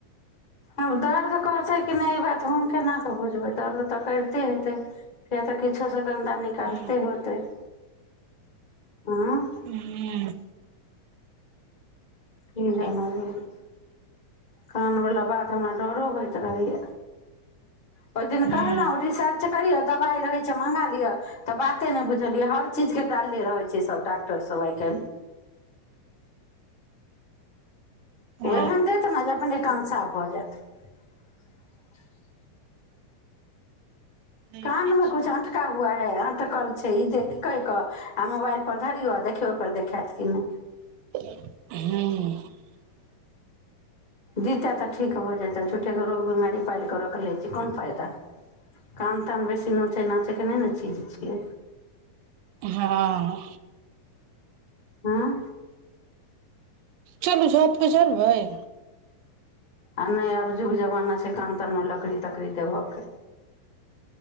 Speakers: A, on the left; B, on the right.
A: आब दर्द कहतै कि नहि ई बात हम केना कऽ बुझबै दर्द तऽ करिते हेतै किया तऽ किछो से गधा निकालते
B: हूँ
A: होतै आँ
B: हूँ
A: कि जान
B: की
A: गीलीयै। कानवला बात हमरा डरो होइत रहै य ओहि दिन
B: हूँ
A: कहलव रिसर्च करिय तब रह छै माँगा लिया त बाते नय बुझलियाय सब चीज के डालने रहय छैय सब डाक्टर सब आय कायल। ओहि
B: हँ
A: ह दे तना जा अपन एक कान साफ भऽ जायत <inaudible>
B: देखै
A: कान मे
B: छियै
A: कछ अटका आटकल छैय ई देख कै क आ मोबाइल पर धरियौ देखियौ ओहिपर देखत कि नहि।
B: ह्म
A: दितै तऽ ठीक भऽ जयतै झूठ्ठेके रोग बिमारी पालि कऽ रखि लै छी कोन फायइदा कान तान बेसी नोचय नाचयके नहि ने चीज छियै।
B: हँ
A: आँ
B: चलू झ पर चलबय
A: आ नहि आब जुग जमाना छैय कान तन लकड़ी तकड़ी देबऽ के